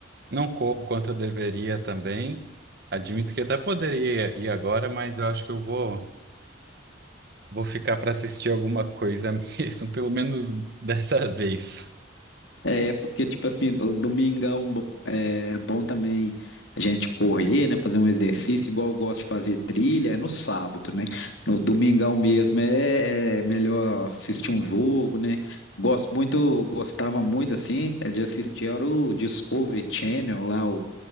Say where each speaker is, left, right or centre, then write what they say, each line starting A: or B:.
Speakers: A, on the right; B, on the left.
A: não corro quanto eu deveria também. Admito que até poderia ir agora, mas eu acho que eu vou, vou ficar para assistir alguma coisa <laughs> mesmo, pelo menos dessa vez.
B: É, porque, tipo assim, o domingão bo- é é bom também a gente correr, né? Fazer um exercício, igual eu gosto de fazer trilha, é no sábado, né? No domingão mesmo é, é melhor assistir um jogo, né? Gosto muito, gostava muito, assim, é de assistir era o Discovery Channel, lá o